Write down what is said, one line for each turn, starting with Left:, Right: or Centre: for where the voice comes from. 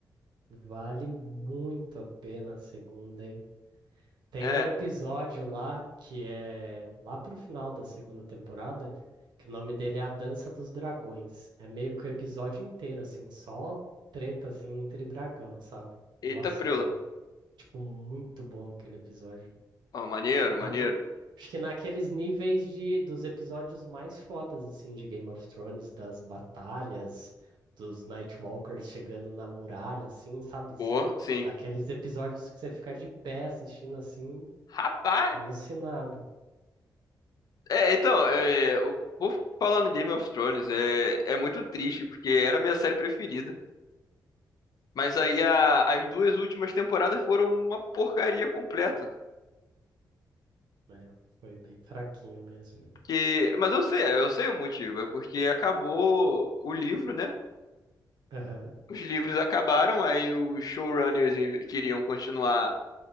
Right: vale muito a pena a segunda, hein? Tem
Left: É,
Right: um episódio lá que é lá pro final da segunda temporada, que o nome dele é A Dança dos Dragões. É meio que o episódio inteiro, assim, só treta assim entre dragão, sabe?
Left: eita
Right: Nossa,
Left: preula.
Right: é Tipo, Muito bom aquele episódio.
Left: Ó, maneiro,
Right: Na-
Left: maneiro.
Right: n- acho que naqueles níveis de, dos episódios mais fodas, assim, de Game of Thrones, das batalhas, dos Nightwalkers chegando na muralha, assim, sabe?
Left: Pô,
Right: Cê-
Left: sim.
Right: daqueles episódios que você fica de pé assistindo, assim,
Left: Rapaz!
Right: alucinado.
Left: É, então, é,
Right: É,
Left: o vou falar no Game of Thrones é, é muito triste, porque era a minha série preferida. Mas aí a- as duas últimas temporadas foram uma porcaria completa.
Right: né? Foi bem fraquinho mesmo.
Left: Que, mas eu sei, eu sei o motivo, é porque acabou o livro, né?
Right: Aham.
Left: Os livros acabaram, aí os showrunners in- queriam continuar